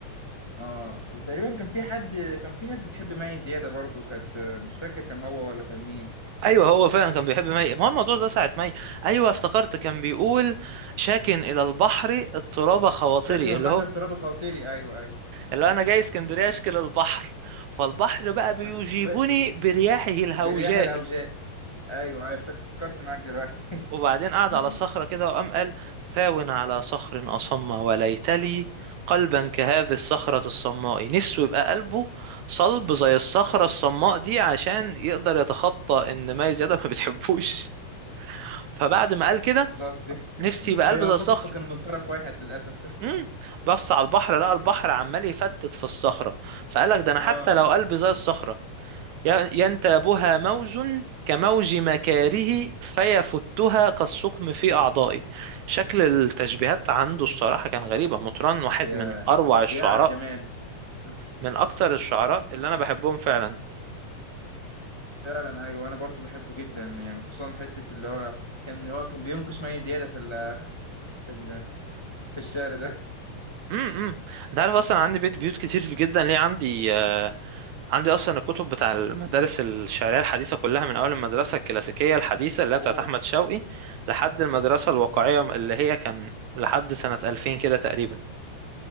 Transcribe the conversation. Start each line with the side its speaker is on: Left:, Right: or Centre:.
Left: اه وتقريبا كان في حد كان في ناس بتحب مي زيادة برضه كانت مش فاكر كان هو ولا كان مين
Right: ايوه هو فعلا كان بيحب مي ما هو الموضوع ده ساعة مي ايوه افتكرت كان بيقول شاكن الى البحر اضطراب خواطري
Left: مش فاكر البحر
Right: اللي هو
Left: الترابي خاطري ايوه ايوه
Right: اللي انا جاي اسكندريه اشكل البحر فالبحر بقى بيجيبني
Left: <laughs> ف...
Right: برياحه الهوجاء
Left: برياح الهوجاء ايوه أيوة، افتكرت معاك دلوقتي
Right: وبعدين قعد
Left: <laughs>
Right: على صخره كده وقام قال ثاو على صخر اصم وليت لي قلبا كهذه الصخره الصماء نفسه يبقى قلبه صلب زي الصخره الصماء دي عشان يقدر يتخطى ان مي زياده ما بتحبوش فبعد ما قال كده
Left: بالظبط
Right: نفسي يبقى
Left: هي
Right: قلب
Left: وحبه
Right: زي الصخر
Left: كان من طرف واحد للاسف <laughs>
Right: امم بص على البحر لقى البحر عمال يفتت في الصخره فقال لك ده انا حتى
Left: اه
Right: لو قلبي زي الصخره ينتابها موج كموج مكاره فيفتها كالسقم في أعضائي شكل التشبيهات عنده الصراحة كان غريبة مطران واحد
Left: يا
Right: من أروع الشعراء
Left: يا على الجمال <laughs>
Right: من أكتر الشعراء اللي أنا بحبهم فعلا
Left: فعلا ايوه انا برضو بحبه جدا يعني خصوصا حته اللي هو كان هو كان بينقش مي زياده في ال في ال في الشعر ده
Right: امم انت عارف اصلا عندي بيت بيوت كتير جدا ليه عندي آه عندي اصلا الكتب بتاع المدارس الشعريه الحديثه كلها من اول المدرسه الكلاسيكيه الحديثه اللي هي
Left: اوه
Right: بتاعت احمد شوقي لحد المدرسه الواقعيه اللي هي كان لحد سنه 2000 كده تقريبا